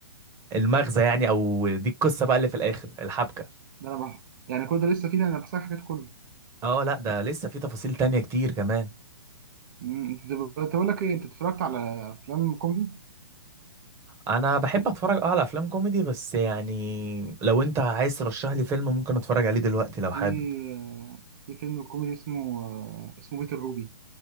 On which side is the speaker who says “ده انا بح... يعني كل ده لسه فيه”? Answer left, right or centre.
Right